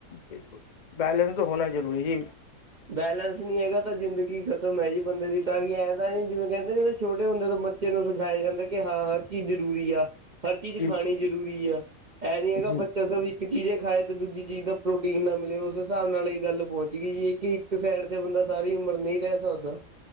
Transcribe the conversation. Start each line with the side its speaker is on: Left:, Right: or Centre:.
Left: ਬਿਲਕੁਲ ਬੈਲੈਂਸ ਤਾਂ ਹੋਣਾ ਜ਼ਰੂਰੀ ਜੀ।
Right: ਬੈਲੇੈਂਸ ਨੀ ਹੈਗਾ ਤਾਂ ਜ਼ਿੰਦਗੀ ਖ਼ਤਮ ਹੈ ਜੀ ਬੰਦੇ ਦੀ ਤਾਂਈ ਆਖਦਾ ਤਾਂ ਨੀ ਜਿਵੇਂ ਕੈੰਦੇ ਨੇ ਓ ਛੋਟੇ ਹੁੰਦੇ ਬੰਦੇ ਤੋਂ ਬੱਚੇ ਨੂੰ ਸਿਖਾਇਆ ਜਾਂਦਾ ਕਿ ਹਾਂ ਹਰ ਚੀਜ਼ ਜ਼ਰੂਰੀ ਆ ਹਰ ਚੀਜ਼
Left: ਜੀ
Right: ਖਾਣੀ
Left: ਜੀ
Right: ਜ਼ਰੂਰੀ ਹੈ ਇਹਂ ਨੀ ਹੈਗਾ
Left: ਜੀ
Right: ਬੱਚ <unintelligible> ਤੇ ਇੱਕ ਚੀਜ਼ ਏ ਖਾਏ ਤੇ ਦੂਜੀ ਚੀਜ਼ ਦਾ ਪ੍ਰੋਟੀਨ ਨਾ ਮਿਲੇ ਉਸ ਹਿਸਾਬ ਨਾਲ ਇਹ ਗੱਲ ਪਹੁੰਚ ਗਈ ਜੀ ਕਿ ਇੱਕ ਸਾਈਡ ਤੇ ਬੰਦਾ ਸਾਰੀ ਉਮਰ ਨਹੀਂ ਰਹਿ ਸਕਦਾ